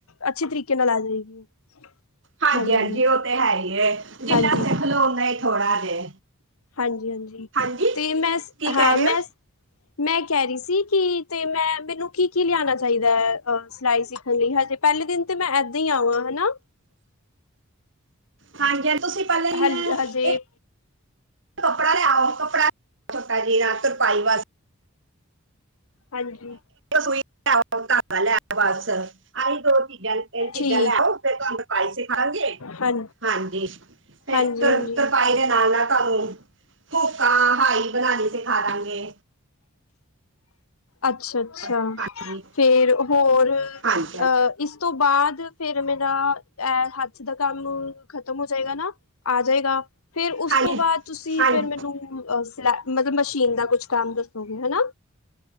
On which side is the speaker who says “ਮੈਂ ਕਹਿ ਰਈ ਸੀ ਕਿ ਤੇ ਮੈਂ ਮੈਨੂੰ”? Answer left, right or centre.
Left